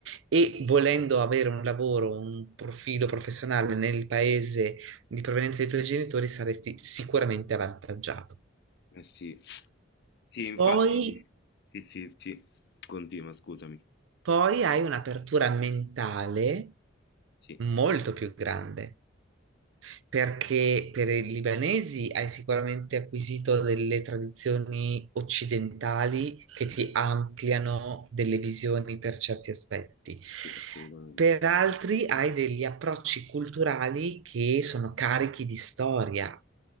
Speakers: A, on the right; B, on the left.
A: e volendo avere un lavoro, un profilo professionale nel paese di provenienza dei tuoi genitori saresti sicuramente avvantaggiato.
B: eh sì. Sì, infatti.
A: Poi,
B: Sì, sì, sì. Continua, scusami.
A: poi hai un'apertura mentale
B: Sì,
A: molto più grande Perché per i libanesi hai sicuramente acquisito delle tradizioni occidentali che ti ampliano delle visioni per certi aspetti.
B: sì, assolutamente.
A: Per altri hai degli approcci culturali che sono carichi di storia,